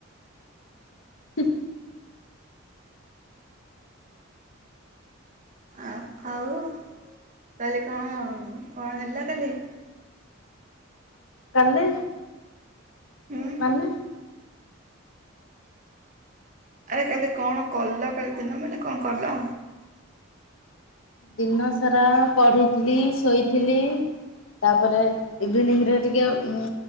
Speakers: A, on the left (about 80°); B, on the right (about 35°).
A: ହୁଁ।
B: ଆଉ ଆଉ କାଲି କଣ କଣ ହେଲା କାଲି?
A: କାଲି?
B: ହୁଁ।
A: ମାନେ?
B: ଆରେ କାଲି କଣ କଲ କାଲି ଦିନ ମାନେ କଣ କଲ?
A: ଦିନ ସାରା ପଢିଥିଲି, ଶୋଇଥିଲି। ତାପରେ ଇଭିନିଂରେ ଟିକେ ଉଁ